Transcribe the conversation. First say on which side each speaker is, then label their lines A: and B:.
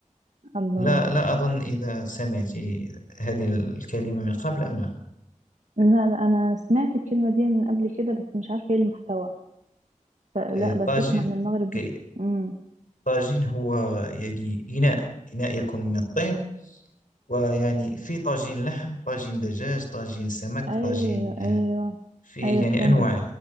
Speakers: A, on the right; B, on the left.
A: الله
B: لا لا أظن إذا سمعت هذه الكلمة من قبل أم لا
A: لا لا انا سمعت الكلمة دي من قبل كده بس مش عارفة ايه المحتوى فلا
B: آه،
A: بس
B: طاجين
A: اسمع عن المغرب
B: أوكي.
A: امم
B: طاجين هو يعني إناء إناء يكون من الطين ويعني في طاجين لحم طاجين دجاج طاجين سمك
A: ايوه
B: طاجين آه،
A: ايوه
B: في
A: ايوه
B: يعني
A: فهمت
B: أنواع